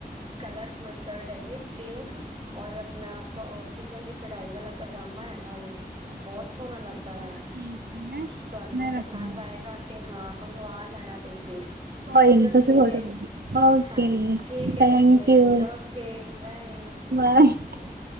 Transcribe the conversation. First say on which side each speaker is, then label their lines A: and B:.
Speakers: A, on the right; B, on the right.
A: ਕਲਰਫੁਲ ਸ਼ਰਟ ਹੈਗੀ ਐਂ, ਪਿੰਕ ਔਰ ਆਪਣਾ ਕੋ ਚਿਕਨ ਦੀ ਕਢਾਈ ਵਾਲਾ ਪਜਾਮਾ ਹੈਗਾ ਵੈ, ਬਹੁਤ ਸੋਹਣਾ ਲੱਗਦਾ।
B: ਚਲੋ
A: ਵੈ
B: ਠੀਕ ਹੈ, ਹੈ
A: ਤੁਹਾਨੂੰ
B: ਮੈਂ
A: ਜੇ
B: ਰੱਖਦੀ
A: ਪਸੰਦ
B: ਹਾਂ।
A: ਆਏਗਾ ਤੇ ਹਾਂ ਮੰਗਵਾ ਲੈਣਾ ਤੁਸੀਂ।
B: ਕੋਈ
A: ਚਲੋ
B: ਨੀ ਤੁਸੀਂ
A: ਠੀਕ
B: ਫੋਟੋ
A: ਹੈ,
B: ਭੇਜੋ ਓਕੇ
A: ਹਾਂਜੀ ਠੀਕ ਹੈ,
B: ਥੈਂਕ
A: ਰੱਖਨੇ ਆਂ
B: ਯੂ
A: ਜੀ ਓਕੇ ਬਾਏ।
B: <unintelligible>